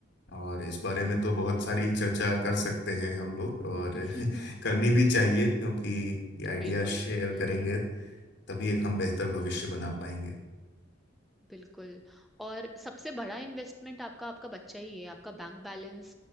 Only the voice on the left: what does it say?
और इस बारे में तो
बहुत सारी चर्चा कर सकते हैं हम लोग और
<laughs> करनी भी चाहिए क्योंकि ये आइडिया
शेयर
करेंगे तभी एक हम बेहतर भविष्य
बना पाएंगे